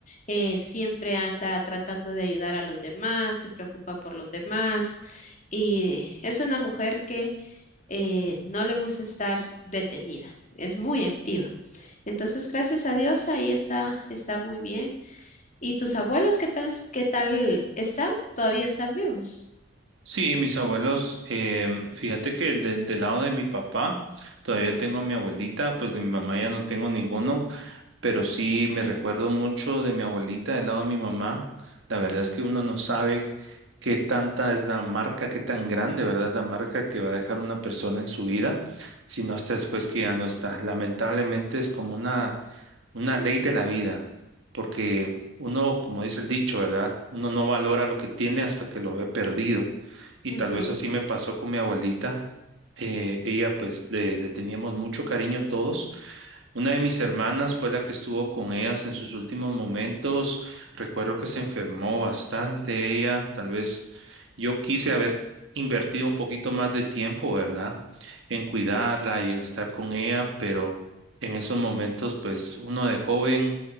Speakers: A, on the left; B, on the right.
A: eh, siempre anda tratando de ayudar a los demás, se preocupa por los demás, y es una mujer que eh, no le gusta estar detenida, es muy activa. Entonces, gracias a Dios, ahí está, está muy bien. ¿Y tus abuelos qué tal, qué tal están? ¿Todavía están vivos?
B: Sí, mis abuelos, em, fíjate que el de- del lado de mi papá, todavía tengo a mi abuelita, pues de mi mamá ya no tengo ninguno, pero sí me recuerdo mucho de mi abuelita del lado de mi mamá. La verdad es que uno no sabe qué tanta es la marca, qué tan grande, ¿verdad? Es la marca que va a dejar una persona en su vida, sino hasta después que ya no está. Lamentablemente es como una una ley de la vida, porque uno, como dice el dicho, ¿verdad? Uno no valora lo que tiene hasta que lo ve perdido. Y
A: Ujú.
B: tal vez así me pasó con mi abuelita. Eh, ella, pues, le, le teníamos mucho cariño todos una de mis hermanas fue la que estuvo con ellas en sus últimos momentos. Recuerdo que se enfermó bastante ella. Tal vez yo quise haber invertido un poquito más de tiempo, ¿verdad? En cuidarla y en estar con ella, pero en esos momentos, pues uno de joven